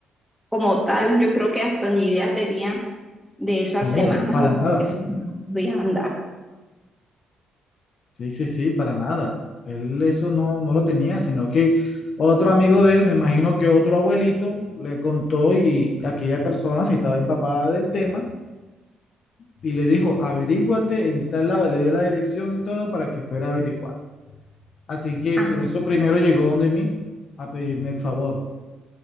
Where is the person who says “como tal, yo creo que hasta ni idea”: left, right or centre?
Centre